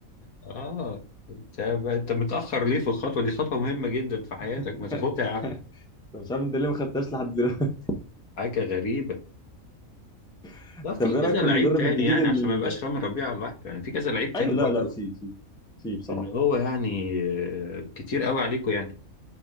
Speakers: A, on the left (about 80°); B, in the centre.
A: اه انت انت متاخر ليه في الخطوه دي خطوه مهمه جدا في
B: <laughs>
A: حياتك ما تاخدها يا عم
B: طب مش عارف انت ليه ما خدتهاش لحد دلوقتي
A: حاجه غريبه
B: <laughs>
A: لا في
B: طب
A: كذا
B: ايه رايك في
A: لعيب
B: المدرب
A: تاني
B: الجديد
A: يعني
B: اللي
A: عشان ما يبقاش رامي ربيعه على الواحد يعني في كذا لعيب تاني
B: ايوه لا
A: برضه
B: لا في في في بصراحه
A: اللي هو يعني آه، كتير قوي عليكم يعني